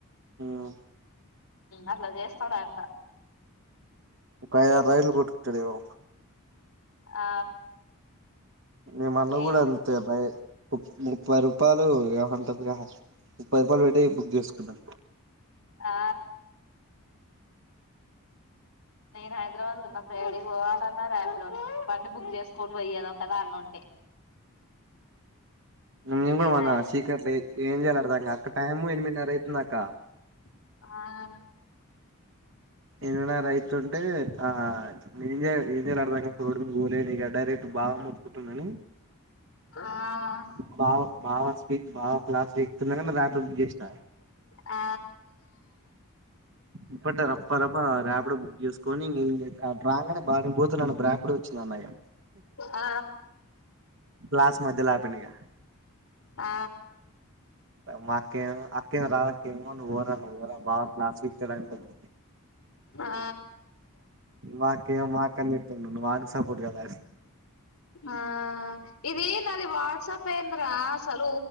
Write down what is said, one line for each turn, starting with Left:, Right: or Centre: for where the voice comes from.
Right: ఉ
Left: అట్ల చేస్తాడంట
Right: ఒక ఐదు ఆరు రైడ్లు కొట్టుకుంటాడేమో
Left: ఆ
Right: మే మన్న
Left: ఏంది
Right: గుడా అంతే బై ముప్పై రూపాయలు ఏమంటరుగా ముప్పై రూపాయలు పెట్టి బుక్ చేసుకున్నా
Left: ఆ నేను హైదరాబాద్ ఉన్నప్పుడు యడికి పోవాలన్నా రాపిడోనే బండి బుక్ చేసుకొని పోయేదే ఒకదానుంటే
Right: ఇంగ మేం కూడా
Left: ఏ
Right: మన్న
Left: నాయన
Right: సికట్ల ఏం చేయాల అర్థంకాక టైము ఎనిమిదిన్నర అయితుంది అక్క
Left: ఆ
Right: ఎనిమిదిన్నర అయితుంటే ఆ నేన్ ఏంచేయ ఏంచేయాలో అర్థంకాక రోడ్డు మీదకి పోలేను ఇగ బావ మొత్తుకుటున్నని
Left: ఆ
Right: బావ బావ స్పీ బావ క్లాస్ పీకుతున్నగాని రాపిడో బుక్ చేసిన
Left: ఆ
Right: ఇప్పటరా పరప రాపిడో బుక్ చేసుకొని ఇంగ అటు రాంగానే బా నేను పోతున్నాను రేపిడో వచ్చింది అన్నగా
Left: ఆ
Right: క్లాస్ మధ్యలో అపిండు ఇగ
Left: ఆ
Right: మా అక్కే అక్కేమో రాధక్కేమో నువ్వు పోరా నువ్వు పోరా బావ క్లాస్ పీకుతాడు అంటది
Left: ఆ
Right: మా అక్కేమో మా అక్కను తిడుతుండు నువ్వు వానికి స కదా అని
Left: ఆ ఇది నాది వాట్సాప్ ఏందిరా అసలు